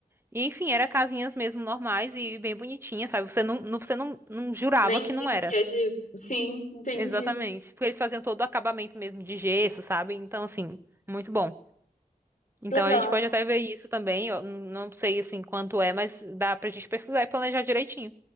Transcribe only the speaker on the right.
E, enfim, era casinhas mesmo normais e bem bonitinhas, sabe? Você não, não- você não, não jurava
que não
era.
Exatamente. Porque eles faziam todo o acabamento mesmo de gesso, sabe? Então, assim, muito bom. Então
a gente pode até ver isso também. Eu não sei assim quanto é, mas dá pra gente pesquisar e planejar direitinho.